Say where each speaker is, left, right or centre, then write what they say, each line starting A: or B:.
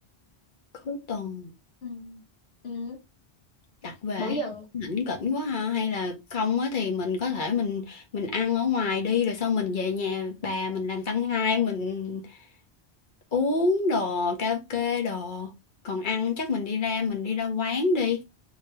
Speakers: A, on the left; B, on the left.
A: Cuối tuần.
B: Ừ. Ừ.
A: đặt về
B: bữa giờ
A: hãnh kỉnh quá ha hay là không á thì mình có thể mình mình ăn ở ngoài đi rồi sau mình về nhà bà mình làm tăng hai mình uống đồ karaoke đồ còn ăn chắc mình đi ra mình đi ra quán đi